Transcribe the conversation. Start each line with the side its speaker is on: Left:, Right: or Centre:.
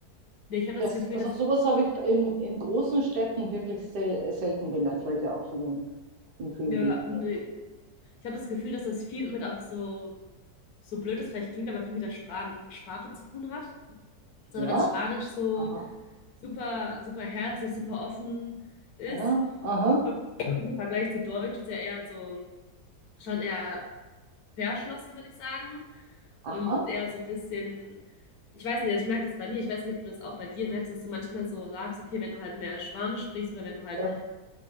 Left: Nee, ich habe
Right: Das,
Left: das Gefühl,
Right: also
Left: dass,
Right: sowas habe ich in, in großen Städten wirklich sel selten gelernt, weil ich ja auch schon in, in vielen
Left: ja,
Right: gelebt
Left: nee.
Right: habe.
Left: Ich habe das Gefühl, dass das viel mit auch so, so blöd das vielleicht klingt, aber viel mit der Spra Sprache zu tun hat. so
Right: Ja,
Left: dass Spanisch so
Right: aha,
Left: super, super herzlich, super offen ist.
Right: ja, aha.
Left: So, Im Vergleich zu Deutsch ist ja eher so, schon eher verschlossen, würde ich sagen.
Right: Aha.
Left: Und eher so ein bisschen, ich weiß nicht, ich merke das bei mir, ich weiß nicht, ob du das auch bei dir merkst, dass du manchmal so sagst, okay, wenn du halt mehr Spanisch sprichst oder wenn du halt
Right: Ja.